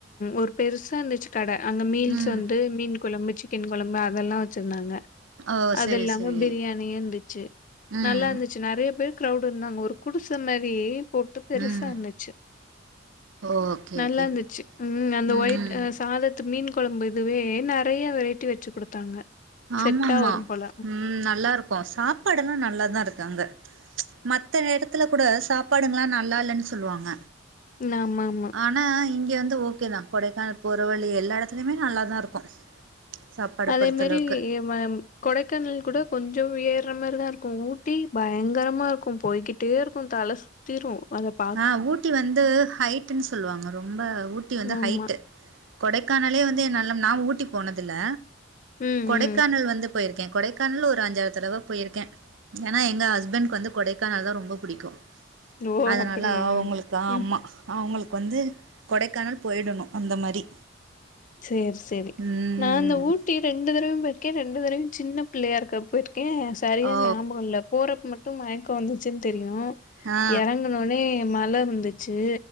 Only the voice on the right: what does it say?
ம்
ஓ
செரி
செரி
ம்
ம்
ஓகே
ஓகே
ம்
ஆமாமா
ம் நல்லாருக்கு சாப்பாடெல்லா நல்லாதா இருக்கு அங்க மத்த எடத்துல கூட சாப்பாடுங்கலா நல்லால்லன் சொல்லுவாங்க
ஆனா இங்க வந்து ஓகேதா கொடைக்கானல் போற வழி எல்லா எடத்துலயுமே நல்லாதா இருக்கு சாப்பாட
பொறுத்தளவுக்கு
ஆ ஊட்டி வந்து ஹைட்டுன் சொல்வாங்க ரொம்ப ஊட்டி வந்து
ஹைட்டு கொடைக்கானலே வந்து என்னால நா ஊட்டி போனதில்ல
கொடைக்கானல் வந்து போயிருக்கே கொடைக்கானல் ஒரு அஞ்சாறு தடவ போயிருக்கே ஏனா எங்க ஹஸ்பண்ட்க்கு வந்து கொடைக்கானல் தா ரொம்ப புடிக்கு
அதனால
அவங்களுக்கு ஆமா
அவங்கள்க் வந்து கொடைக்கானல் போயிடணு அந்த மாரி
ம்
ஓ
ஆ